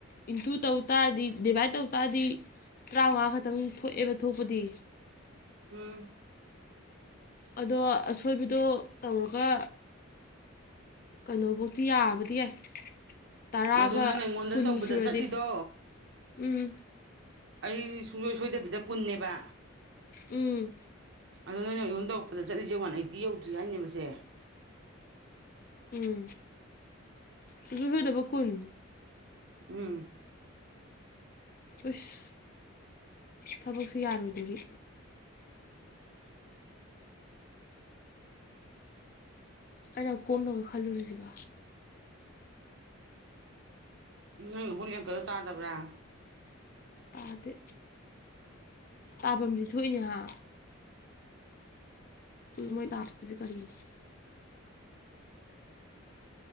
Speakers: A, on the left (about 45°); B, on the right (about 60°).
A: ꯏꯟꯇꯨ ꯇꯧ ꯇꯥꯔꯗꯤ ꯗꯤꯚꯥꯏꯠ ꯇꯧ ꯇꯥꯔꯗꯤ ꯇꯔꯥꯃꯉꯥ ꯈꯛꯇꯪ ꯊꯣꯛꯑꯦꯕ ꯊꯣꯛꯄꯗꯤ
B: ꯎꯝ
A: ꯑꯗꯣ ꯑꯁꯣꯏꯕꯗꯣ ꯇꯧꯔꯒ ꯀꯩꯅꯣꯕꯨꯛꯇꯤ ꯌꯥꯕꯗꯤ ꯌꯥꯏ ꯇꯔꯥꯒ
B: ꯑꯗꯨ ꯅꯪꯅ ꯑꯩꯉꯣꯟꯗ
A: ꯀꯨꯟ
B: ꯇꯧꯕꯗ
A: ꯁꯨꯔꯗꯤ
B: ꯆꯠꯂꯤꯗꯣ
A: ꯎꯝ
B: ꯑꯩ ꯁꯨꯡꯁꯣꯏ ꯁꯣꯏꯗꯕꯤꯗ ꯀꯨꯟꯅꯦꯕ
A: ꯎꯝ
B: ꯑꯗꯣ ꯅꯣꯏꯅ ꯑꯩꯉꯣꯟ ꯇꯧꯛꯄꯗꯆꯠꯂꯤꯁꯦ ꯋꯥꯟ ꯑꯩꯠꯇꯤ ꯌꯧꯗ꯭ꯔꯤ ꯍꯥꯏꯅꯦ ꯃꯁꯦ
A: ꯎꯝ ꯁ ꯁꯣꯏꯗꯕ ꯀꯨꯟ
B: ꯎꯝ
A: ꯎꯁ ꯊꯕꯛ ꯁꯨ ꯌꯥꯔꯣꯏꯗꯧꯔꯤ ꯑꯩꯅ ꯀꯣꯝꯂꯒ ꯈꯜꯂꯨꯔꯤꯁꯤꯒꯣ
B: ꯅꯪ ꯍ‌ꯣꯠꯂꯤ ꯑꯡꯀꯗ‌ꯣ ꯇꯥꯗꯕ꯭ꯔꯥ
A: ꯑꯗ ꯇꯥꯐꯝꯗꯤ ꯊꯣꯛꯏꯅꯦꯍ ꯃꯣꯏ ꯇꯥꯁ꯭ꯛꯁ‌‌ꯦ ꯀꯔꯤꯅ‌ꯣ